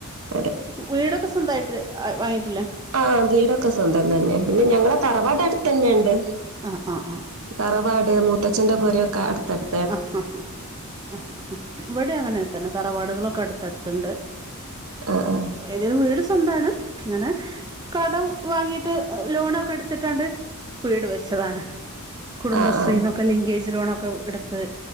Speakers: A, on the right; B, on the right.
A: അതെ
B: വീടൊക്കെ സ്വന്തമായിട്ട് വാങ്ങിട്ടില്ലേ?
A: ആഹ് വീടൊക്കെ സ്വന്തം തന്നെ. പിന്നെ ഞങ്ങളെ തറവാട് അടുത്ത് തന്നെയുണ്ട്.
B: ആ ആ ആ
A: തറവാട് മൂത്തച്ഛൻന്റെ പോരൊക്കെ അടുത്തടു
B: ആഹ് ആ ആ ഇവിടെ അങ്ങനെ തന്നെ തറ വാടുകളൊക്കെ അടുത്തടുത്ത്ണ്ട്
A: ആഹ്
B: ഏതായാലും വീട് സ്വന്തണ്. ഇങ്ങനെ കടം വാങ്ങീട്ട് ലോണൊക്കെ ഇടുത്തിട്ടാണ്ട് വീട് വെച്ചതാണ്. കുടുംബശ്രീന്നൊക്കെ
A: ആഹ് ആഹ്
B: ലിങ്കേജ് ലോണൊക്കെ എടുത്ത്